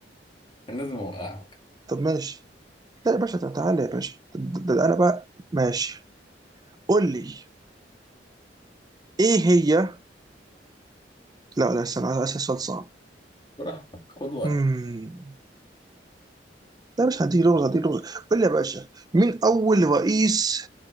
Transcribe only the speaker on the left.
كان لازم أوقعك
براحتك خد وقت